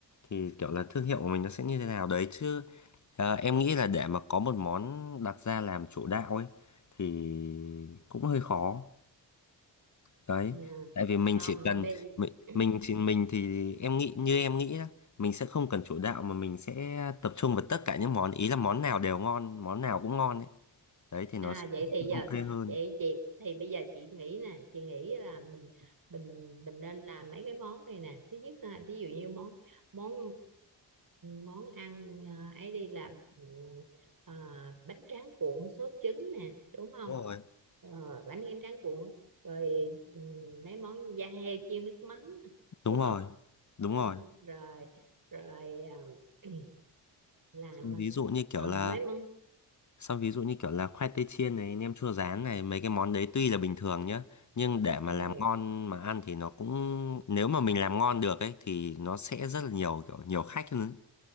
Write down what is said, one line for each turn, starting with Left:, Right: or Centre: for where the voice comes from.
Left: thì kiểu là thương hiệu của mình nó sẽ như thế nào đấy chứ ờ, em nghĩ là để mà có một món đặt ra làm chủ đạo ấy thì cũng hơi khó đấy
Right: Ờ,
Left: tại vì mình
Right: không
Left: chỉ cần
Right: bây
Left: mình
Right: <clears throat>
Left: mình chỉ mình thì em nghĩ như em nghĩ đó mình sẽ không cần chủ đạo mà mình sẽ tập trung vào tất cả những món ý là món nào đều ngon món nào cũng ngon ấy đấy thì nó
Right: À
Left: sẽ
Right: vậy thì giờ
Left: ok hơn
Right: vậy chị thì bây giờ chị nghĩ nè, chị nghĩ là mình mình mình nên làm mấy cái món này nè. Thứ nhất là ví dụ như món món món ăn à, ấy đi làm ừ, à, bánh tráng cuộn sốt trứng nè, đúng không?
Left: Đúng rồi.
Right: Ờ, bánh tráng tráng cuộn rồi ừ, mấy món như da heo chiên nước mắm nè,
Left: đúng
Right: đúng
Left: rồi
Right: không?
Left: đúng
Right: Đó,
Left: rồi
Right: rồi rồi à, <clears throat> làm
Left: ví dụ như kiểu
Right: à,
Left: là
Right: mấy món
Left: Xong ví dụ như kiểu là khoai tây chiên này, nem chua rán này, mấy cái món đấy tuy là bình thường nhá, nhưng để mà
Right: ờ,
Left: làm ngon mà ăn thì nó cũng nếu mà mình làm ngon được ấy thì nó sẽ rất là nhiều kiểu nhiều khách hơn.